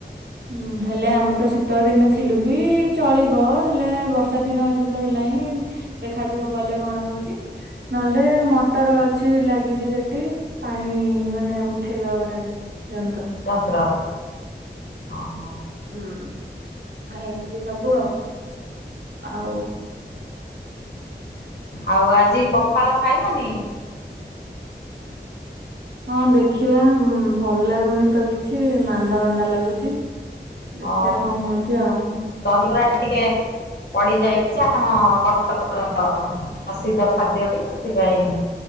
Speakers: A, on the right; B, on the left.
A: ଉଁ ହେଲେ ଆମେ ତ ଶୀତ ଦିନେ ଥିଲୁ ବି ଚଳିବ ହେଲେ ବର୍ଷା ଦିନ ଏବେ ତ ହେଲା ହିଁ ଦେଖାଯିବ ଗଲେ କଣ ହଉଛି ନହେଲେ ମଟର ଅଛି ଲାଗିଛି ସେ ଠିି ପାଣି ମାନେ ଉଠେଇବା ଗୋଟେ। ଯନ୍ତ୍ର।
B: ଯନ୍ତ୍ର। ଅ ହ।
A: ହୁଁ ଏମିତି ସବୁ ଆଉ। ଆଉ।
B: ଆଉ ଆଜି ପଖାଳ ଖାଇବନି।
A: ହଁ ଦେଖିବା ଭଲ ଲାଗୁନି ତ କିଛି ମାନ୍ଦା ମାନ୍ଦା ଲାଗୁଚି। ଦେଖିବା
B: ଅ
A: କଣ ହଉଛି ଆଉ।
B: ଦହିବରା ଟିକେ ପଡି ଯାଇଛି ଆମ କଟକର ପ୍ରସିଦ୍ଧ ଖାଦ୍ୟଟି ସେଥିପାଇଁ।